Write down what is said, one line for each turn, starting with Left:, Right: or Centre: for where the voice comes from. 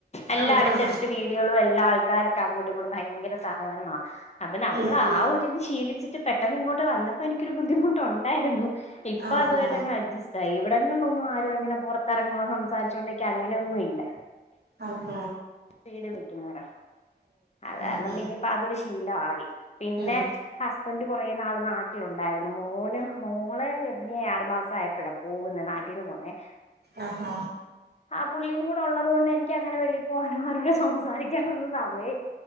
Left: എല്ലാ
Right: ആഹാ
Left: അടുത്തടുത്ത് വീടുകളും എല്ലാ ആൾക്കാരൊക്കെ അങ്ങോട്ടും ഇങ്ങോട്ടും ഭയങ്കര സഹകരണവാ അപ്പൊ നമ്മള
Right: ഉം ഉം
Left: ആ ഒരിത് ശീലിച്ചിട്ട് പെട്ടെന്ന് ഇങ്ങോട്ട് വന്നപ്പോ എനിക്കൊരു ബുദ്ധിമുട്ടുണ്ടായിരുന്നു ഇപ്പോ
Right: ആഹാ
Left: അതുവായിട്ടങ്ങ് അഡ്ജസ്റ്റ ഇവിടങ്ങളിലൊന്നും ആരും അങ്ങനെ പുറത്തിറങ്ങുവ സംസാരിച്ചോണ്ടിക്ക അങ്ങനെയൊന്നുയില്ല
Right: ആഹ
Left: വീട് വിക്കുന്നോരാ അതുകാരണം
Right: ഉം ഉം
Left: പിന്നിപ്പോ അതൊരു ശീ ശീലവായി പിന്നെ
Right: ഉം
Left: ഹസ്ബൻഡ് കുറേ നാള് നാട്ടിലുണ്ടായിരുന്നു മോന് മോളെ ഗർഭിണിയായ ആറു മാസം ആയപ്പഴാ പോവുന്നെ നാട്ടീന്ന് പോവുന്നേ
Right: ആഹ
Left: ആ പുള്ളിയും കൂടെ ഉള്ളതുകൊണ്ട് എനിക്കങ്ങനെ വെളിയി പോവാനോ ആരോട് സംസാരിക്കാനൊന്നും സമയ